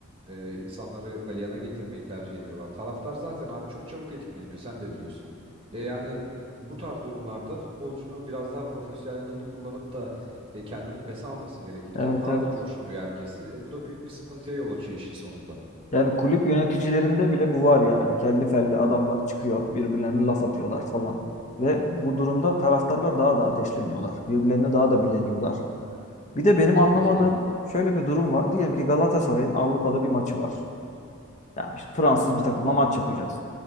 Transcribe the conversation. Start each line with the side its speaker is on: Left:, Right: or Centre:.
Right: Ee, insanları galeyana getirmeyi tercih ediyorlar. Taraftar zaten abi çok çabuk etkileniyor sen de biliyorsun. E, yani bu tarz durumlarda futbolcunun biraz daha profesyonelliğini kullanıp da e, kendini pes alması gerekirken
Left: Evet
Right: daha
Left: evet.
Right: da coşturuyor herkesi. E, bu da büyük bir sıkıntıya yol açıyor işin sonunda.
Left: Yani kulüp yöneticilerinde bile bu var yani. Kelli felli adamlar çıkıyor, birbirlerine laf atıyorlar falan. Ve bu durumda taraftarlar daha da ateşleniyorlar. Birbirlerine daha da bileniyorlar. Bir de benim
Right: E, tabii
Left: anlamadığım
Right: ki de.
Left: şöyle bir durum var. Diyelim ki Galatasaray'ın Avrupa'da bir maçı var. Yani işte Fransız bir takımla maç yapacağız.